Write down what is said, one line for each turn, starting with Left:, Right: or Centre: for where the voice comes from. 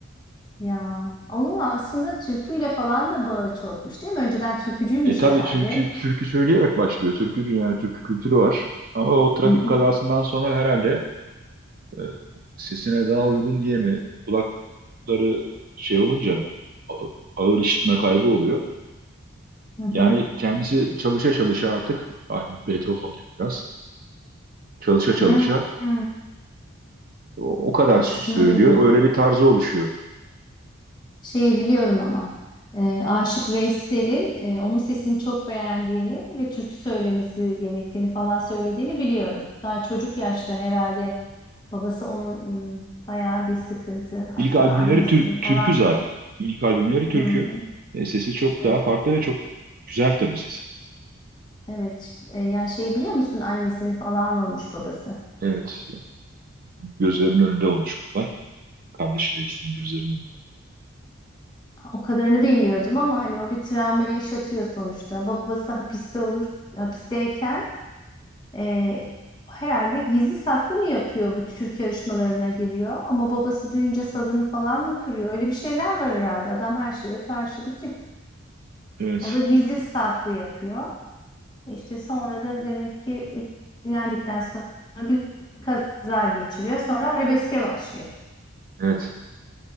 Left: Ya onun aslında türküyle falan da bağı çokmuş değil mi? Önceden türkücüymüş
Right: e tabii
Left: herhalde.
Right: türkü türkü söyleyerek başlıyor. Türkücü yani türkü kültürü var. Ama o trafik
Left: Hı hı
Right: kazasından sonra herhalde e, sesine daha uygun diye mi kulakları şey olunca a- ağır işitme kaybı oluyor.
Left: hı hı.
Right: Yani kendisi çalışa çalışa artık aynı Beethoven gibi biraz çalışa çalışa
Left: Hı, hı.
Right: o o kadar
Left: O
Right: s-
Left: kısmını
Right: söylüyor.
Left: bilmiyordum.
Right: Öyle bir tarzı oluşuyor.
Left: Şeyi biliyorum ama e, Aşık Veysel'in e, onun sesini çok beğendiğini ve türkü söylemesi gerektiğini falan söylediğini biliyorum. Daha çocuk yaşta herhalde babası onun hmm, bayağı bir sıkıntı hatta
Right: İlk albümleri
Left: annesini
Right: tür- türkü
Left: falan.
Right: zaten. İlk albümleri türkü.
Left: Hı hı.
Right: E, sesi çok
Left: Evet,
Right: daha farklı ve çok güzel tabii sesi.
Left: evet. E, yani şey biliyor musun annesini falan vurmuş babası.
Right: Evet. Gözlerinin önünde olmuş bu olay. Kardeşiyle ikisinin gözlerinin önünde.
Left: O kadarını bilmiyordum ama hani o bir travma yaşatıyor sonuçta. Babası hapiste olur, hapisteyken e, herhalde gizli saklı mı yapıyor bu Türk yarışmalarına giriyor. Ama babası duyunca sazını falan mı kırıyor? Öyle bir şeyler var herhalde. Adam her şeye karşı bir tip.
Right: Evet.
Left: O da gizli saklı yapıyor. İşte sonra da demek ki ünlendikten sonra bir kaza geçiriyor. Sonra arabeske başlıyor.
Right: Evet.